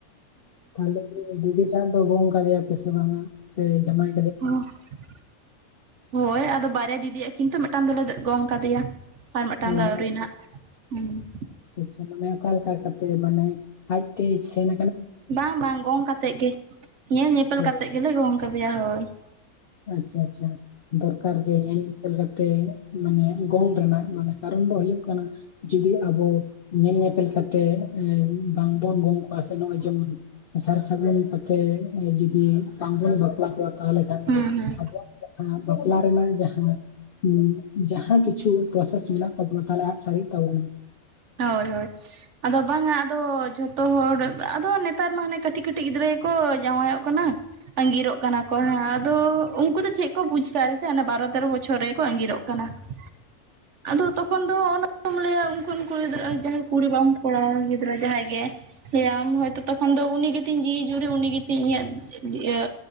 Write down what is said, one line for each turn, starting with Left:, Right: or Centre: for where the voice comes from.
Left: ᱛᱟᱦᱞᱮ ᱫᱤᱫᱤ ᱴᱟᱜ ᱫᱚ ᱜᱚᱝ ᱠᱟᱫᱮᱭᱟ ᱯᱮᱥ ᱵᱟᱝᱟ ᱥᱮ ᱡᱟᱢᱟᱭ?
Right: <unintelligible> ᱦᱳᱭ ᱟᱫᱚ ᱵᱟᱨᱭᱟ ᱫᱤᱫᱤᱭᱟᱜ ᱠᱤᱱᱛᱩ ᱢᱤᱫᱴᱟᱝ ᱫᱚᱞᱮ ᱜᱚᱝ ᱠᱟᱫᱮᱭᱟ᱾ ᱟᱨ ᱢᱤᱫᱴᱟᱝ
Left: ᱦᱚᱸ
Right: ᱫᱚ ᱟᱹᱣᱨᱤ
Left: ᱟᱪᱪᱷᱟ
Right: ᱱᱟᱦᱟᱜ
Left: ᱟᱪᱪᱷᱟ
Right: ᱦᱩᱸ
Left: ᱟᱪᱪᱷᱟ ᱟᱪᱪᱷᱟ ᱢᱟᱱᱮ ᱚᱠᱟ ᱞᱮᱠᱟ ᱠᱟᱛᱮ ᱢᱟᱱᱮ ᱟᱡ ᱛᱮ ᱪᱷᱮᱱᱼᱼ
Right: ᱵᱟᱝ ᱵᱟᱝ ᱜᱚᱝ ᱠᱟᱛᱮᱫ ᱜᱮ ᱧᱮᱞ ᱧᱮᱯᱮᱞ
Left: ᱚ
Right: ᱠᱟᱛᱮᱜ ᱜᱮᱞᱮ ᱜᱚᱝ ᱠᱟᱫᱮᱭᱟ ᱦᱚᱭ ᱾
Left: ᱟᱪᱪᱷᱟ ᱟᱪᱪᱷᱟ, ᱫᱚᱨᱠᱟᱨ ᱜᱮ ᱦᱮᱸᱼᱼ ᱧᱞᱮᱠᱟᱛᱮ ᱢᱟᱱᱮ ᱜᱚᱝ ᱨᱮᱱᱟᱜ ᱢᱟᱱᱮ ᱠᱟᱨᱚᱱ ᱫᱚ ᱦᱩᱭᱩᱜ ᱠᱟᱱᱟ, ᱡᱩᱫᱤ ᱟᱵᱚ ᱧᱮᱞ ᱧᱮᱯᱮᱞ ᱠᱟᱛᱮ ᱵᱟᱝᱵᱚᱱ ᱜᱚᱝ ᱠᱚᱣᱟ ᱥᱮ ᱱᱚᱜ-ᱚᱭ ᱡᱮᱢᱚᱱ ᱥᱟᱨ ᱥᱟᱹᱜᱩᱱ ᱠᱟᱛᱮ ᱡᱩᱫᱤ ᱵᱟᱝᱵᱚᱱ ᱵᱟᱯᱞᱟ ᱠᱚᱣᱟ ᱛᱟᱦᱚᱞᱮ ᱠᱷᱟᱱ
Right: ᱦᱩᱸ
Left: ᱫᱚ,
Right: ᱦᱩᱸ
Left: ᱟᱵᱚᱣᱟᱜ ᱡᱟᱦᱟᱸ, ᱵᱟᱯᱞᱟ ᱨᱮᱱᱟᱝ ᱡᱟᱦᱟᱸᱼᱼ ᱦᱩ ᱸᱡᱟᱦᱟᱸ ᱠᱤᱪᱷᱩ ᱯᱨᱚᱥᱮᱥ ᱢᱮᱱᱟᱜ ᱛᱟᱵᱚᱱᱟ ᱛᱟᱦᱚᱞᱮ ᱟᱫ ᱥᱟᱹᱨᱤᱜ ᱛᱟᱵᱚᱱᱟ ᱾
Right: ᱦᱚᱭ ᱦᱚᱭ ᱟᱫᱚ ᱵᱟᱝᱟ ᱟᱫᱚ ᱡᱷᱚᱛᱚ ᱦᱚᱲᱼᱼ ᱟᱫᱚ ᱱᱮᱛᱟᱨ ᱢᱟ ᱦᱟᱱᱮ ᱠᱟᱹᱴᱤᱡ ᱠᱟᱹᱴᱤᱡ ᱜᱤᱫᱽᱨᱟᱹ ᱜᱮᱠᱚ ᱡᱟᱶᱟᱭᱚᱜ ᱠᱟᱱᱟ, ᱟᱸᱜᱤᱨᱚᱜ ᱠᱟᱱᱟ ᱠᱚ ᱾ ᱠᱚᱦᱟᱸ ᱟᱫᱚ ᱩᱱᱠᱩ ᱫᱚ ᱪᱮᱫ ᱠᱚ ᱵᱩᱡᱽ ᱟᱠᱟᱫ ᱨᱮᱥᱮ ᱵᱟᱨᱚ ᱛᱮᱨᱚ ᱵᱚᱪᱷᱚᱨ ᱨᱮᱠᱚ ᱟᱸᱜᱤᱨᱚᱜ ᱠᱟᱱᱟ ᱾ ᱟᱫᱚ ᱛᱚᱠᱷᱚᱱ ᱫᱚ ᱚᱱᱟ ᱠᱚᱢ ᱞᱟᱹᱭᱟ ᱩᱱᱠᱩᱼᱼ <unintelligible> ᱠᱩᱲᱤ ᱵᱟᱢ ᱠᱚᱲᱟ ᱜᱤᱫᱽᱨᱟᱹ ᱡᱟᱦᱟᱸ ᱜᱮᱸ ᱦᱟᱶ ᱛᱚ ᱛᱚᱠᱷᱚᱱ ᱤᱧ ᱫᱚ ᱩᱱᱤ ᱜᱮᱛᱤᱧ ᱡᱤᱣᱤ ᱡᱩᱨᱤ ᱩᱱᱤ ᱜᱮᱛᱤᱧ ᱤᱧᱟᱹᱜ ᱤᱭᱟᱹ